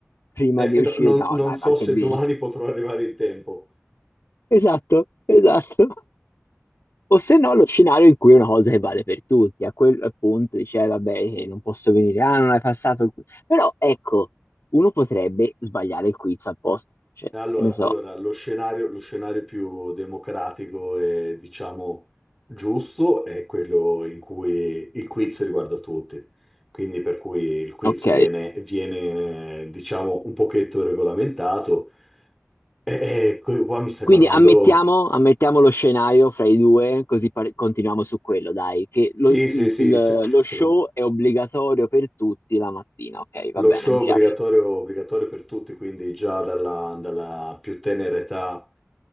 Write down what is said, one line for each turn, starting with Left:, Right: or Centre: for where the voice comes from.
Left: prima
Centre: Eh,
Left: di uscire.
Centre: no- non,
Left: No,
Centre: non
Left: dai,
Centre: so
Left: ma che
Centre: se
Left: dici?
Centre: domani potrò arrivare in tempo.
Left: Esatto, esatto. O se no, lo scenario in cui è una cosa che vale per tutti. A quel punto dice, "Eh, vabbè, eh, non posso venire, ah, non hai passato il quiz. Però ecco, uno potrebbe sbagliare il quiz apposta, cioè,
Centre: Allora,
Left: che ne so.
Centre: allora, lo scenario, lo scenario più democratico e diciamo giusto è quello in cui il quiz riguarda tutti. Quindi per cui il quiz
Left: Ok,
Centre: viene, viene, eh, diciamo, un pochetto regolamentato. E, e qui- qua mi stai
Left: quindi
Centre: parlando
Left: ammettiamo, ammettiamo lo scenario fra i due, così par- continuiamo su quello, dai, che lo,
Centre: Sì, sì,
Left: il-
Centre: sì,
Left: il-
Centre: sec-
Left: lo
Centre: secondo
Left: show è obbligatorio per tutti la mattina. Ok, va
Centre: lo
Left: bene,
Centre: show
Left: mi piace.
Centre: obbligatorio, obbligatorio per tutti, quindi già dalla, dalla più tenera età